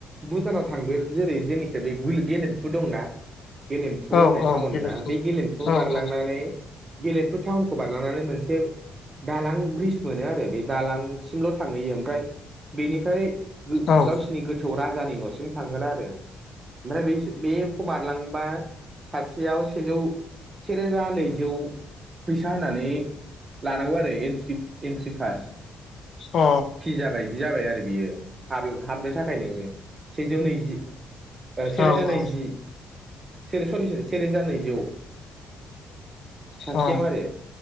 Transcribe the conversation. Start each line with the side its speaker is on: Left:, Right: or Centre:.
Right: भुटानाव थादो जेरै जेनिफ्राय बे गेलेमफु दंना गेलेम्फु
Left: औ
Right: होननाय
Left: औ
Right: टाउनना
Left: गेलेखौ
Right: बे गेलेम्फु
Left: औ
Right: बारलांनानै
Left: औ
Right: गेलेमफु थटाउनखौ बारलांनानै मोनसे दालां ब्रिज मोनो आरो बे दालांसिमल' थांहैयो ओमफ्राय बेनिफ्राय गो
Left: औ अ
Right: गावसिनि गोथौ राजानि न'सिम थांहोला आरो ओमफ्राय बे बेखौ बारलांबा सासेयाव सेजौ सेरोजा नैजौ फैसा होनानै लानांगौ आरो एन्ट्रि एन्ट्रि पास
Left: अ
Right: भिजाबायबिदि जाबाय आरो बियो हाब-हाबनो थाखाय नोङो सेजौ नैजि ओ सेरोजा
Left: औ औ
Right: नैजि सरि सरि सेरोजा नैजौ सासेयाव
Left: अ
Right: आरो